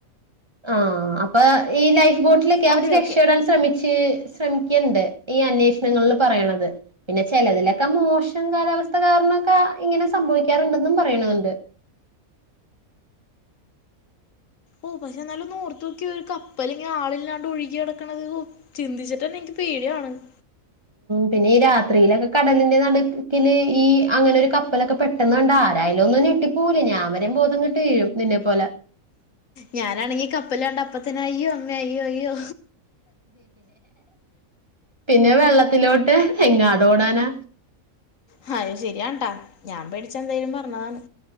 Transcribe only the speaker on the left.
ഓക്കെ
ഓക്കെ
ഓ പക്ഷെ എന്നല്ലും നോർത്ത് നോക്കി ഒരു കപ്പല ഇങ്ങ ആളില്ലാണ്ട് ഒഴുകി നടക്ക്ണത് ചിന്തിച്ചിട്ടന്നെ എനിക്ക് പേടിയാകണ്
ഞാനാണെങ്കി കപ്പല് കണ്ട അപ്പത്തന്നെ അയ്യോ അമ്മേ അയ്യോ അയ്യോ
ആഹ് അത് ശരിയാൺട്ടാ ഞാൻ പേടിച്ച എന്തായലും പറഞ്ഞതാണ്